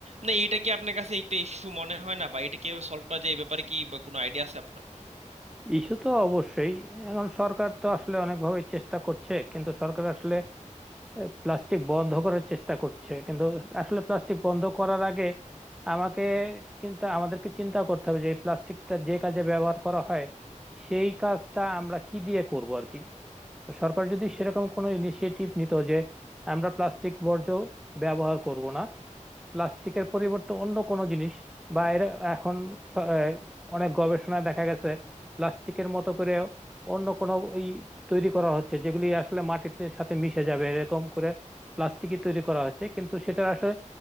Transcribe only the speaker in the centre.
ইস্যু তো অবশ্যই এখন সরকার তো আসলে অনেকভাবে চেষ্টা করছে কিন্তু সরকার আসলে প্লাস্টিক বন্ধ করার চেষ্টা করছে কিন্তু আসলে প্লাস্টিক বন্ধ করার আগে আমাকে চিন্তা আমাদেরকে চিন্তা করতে হবে যে এই প্লাস্টিকটা যে কাজে ব্যবহার করা হয় সেই কাজটা আমরা কি দিয়ে করব আর কি তো সরকার যদি সেরকম কোনো ইনিশিয়েটিভ নিত যে আমরা প্লাস্টিক বর্জ্য ব্যবহার করব না প্লাস্টিকের পরিবর্তে অন্য কোনো জিনিস বা এর এখন স- আহ, অনেক গবেষণায় দেখা গেছে প্লাস্টিকের মতো করে অন্য কোনো ওই তৈরি করা হচ্ছে যেগুলি আসলে মাটিতে সাথে মিশে যাবে এরকম করে প্লাস্টিকই তৈরি করা হচ্ছে কিন্তু সেটা আসলে